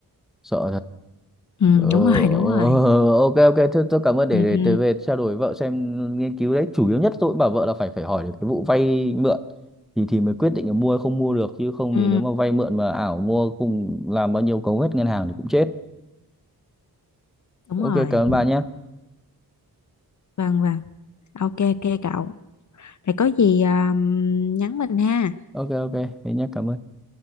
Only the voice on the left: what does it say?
ừ
đúng rồi đúng
rồi
ừ
ừ
ừ,
đúng
rồi
vâng vâng ok ok cậu rồi có gì um, nhắn mình ha